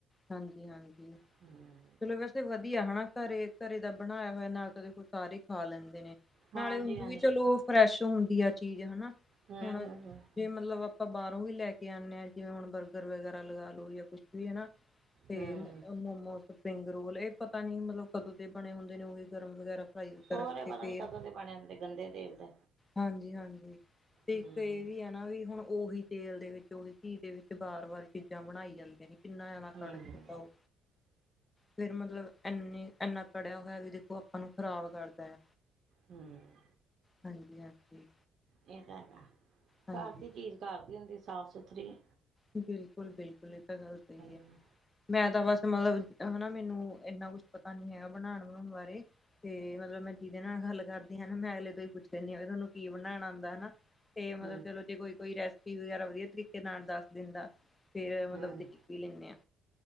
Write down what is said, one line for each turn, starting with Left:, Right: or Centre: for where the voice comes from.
Left: ਹਾਂਜੀ ਹਾਂਜੀ।
Right: ਹੂੰਅ
Left: ਵੈਸੇ ਵਧੀਆ ਹਨਾ, ਘਰੇ ਘਰੇ ਦਾ ਬਣਾਇਆ ਹੋਇਆ ਨਾ ਕਦੇ ਸਾਰੇ ਖਾ ਲੈਂਦੇ ਨੇ।
Right: ਹਾਂਜੀ
Left: ਨਾਲੇ ਉਂਜ
Right: ਹਾਂਜੀ
Left: ਵੀ ਚਲੋ ਫਰੈਸ਼ ਹੁੰਦੀ ਆ ਚੀਜ਼ ਹਨਾ।
Right: ਹਮ
Left: ਹੁਣ
Right: ਹਮ ਹਮ
Left: ਜੇ ਮਲਬ ਆਪਾਂ ਬਾਰੋਂ ਵੀ ਲੈ ਕੇ ਆਨੇ ਆਂ, ਜਿਵੇਂ ਹੁਣ ਬਰਗਰ ਵਗੈਰਾ ਲਗਾ ਲੋ ਜਾਂ ਕੁਛ ਵੀ ਹਨਾ। ਤੇ
Right: ਹਮ
Left: ਮੋਮੋਸ, ਸਪਿੰਗ ਰੋਲ, ਏ ਪਤਾ ਨੀ ਮਲਬ ਕਦੋਂ ਦੇ ਬਣੇ ਹੁੰਦੇ ਨੇ, ਓਹੀ ਗਰਮ ਵਗੈਰਾ। ਪਰ
Right: ਹੋਰ
Left: ਰਖ
Right: ਇਹ
Left: ਕੇ
Right: ਪਤਾ
Left: ਫੇਰ
Right: ਨੀ ਕਦੋਂ ਦੇ ਬਣੇ ਹੁੰਦੇ ਗੰਦੇ ਤੇਲ ਦੇ
Left: ਹਾਂਜੀ, ਹਾਂਜੀ। ਠੀਕ
Right: ਹਮ
Left: ਐ ਵੀ ਆ। ਹਨਾ ਵੀ ਹੁਣ ਓਹੀ ਤੇਲ ਦੇ ਵਿੱਚ ਓਹੀ ਘੀ ਦੇ ਵਿੱਚ, ਵਾਰ ਵਾਰ ਚੀਜ਼ਾਂ ਬਣਾਈ ਜਾਂਦੀਆਂ ਨੇ ਕਿੰਨਾ।
Right: ਹਮ
Left: ਤਾਡੇ ਤੇ ਪਾਓ, ਫਿਰ ਮਤਲਬ ਐਨੀ, ਐਨਾ ਪੜੇਆ ਹੋਏਆ ਵੀ ਦੇਖੋ ਅਪਾਂ ਨੂੰ ਖ਼ਰਾਬ ਕਰਦੈ,
Right: ਹਮ
Left: ਹਾਂਜੀ-ਹਾਂਜੀ।
Right: ਏ ਤਾ ਹੈਗਾ,
Left: ਹਾਂਜੀ
Right: ਘਾਰ ਦੀ ਚੀਜ ਘਾਰ ਦੀ ਹੁੰਦੀ ਸਾਫ-ਸੁਥਰੀ।
Left: ਬਿਲਕੁਲ-ਬਿਲਕੁਲ ਏ ਤਾ ਗੱਲ ਸਈ ਐ।
Right: ਹੂੰ
Left: ਮੈਂ ਤਾਂ ਬਾੱਸ ਮਲਬ, ਹਨਾ ਮੈਨੂੰ ਏਨਾ ਕੁੱਛ ਪਤਾ ਨੀ ਹੈਗਾ ਬਣਾਨ-ਬਨੂਨ ਬਾਰੇ ਤੇ ਮਤਲਬ ਮੈਂ ਜਿਦੇ ਨਾਲ ਗਾੱਲ ਕਰਦੀ ਆਂ ਨਾ, ਮੈਂ ਅਗਲੇ ਤੋਂ ਈ ਪੁੱਛ ਦੇਨੀ ਆਂ, ਵੀ ਤਾਨੂੰ ਕੀ ਬਨਾਣਾ ਆਂਦੈ, ਹਨਾ। ਤੇ ਮਤਲਬ
Right: ਹੂੰ
Left: ਚਲੋ ਜੇ ਕੋਈ-ਕੋਈ ਰੈਸਪੀ ਵਗੈਰਾ ਵਦੀਆ ਤਰੀਕੇ ਨਾਲ ਦਾੱਸ ਦਿੰਦਾ, ਫੇਰ
Right: ਹੂੰ
Left: ਮਤਲਬ ਦੇ ਲੈਂਨੇ ਆ,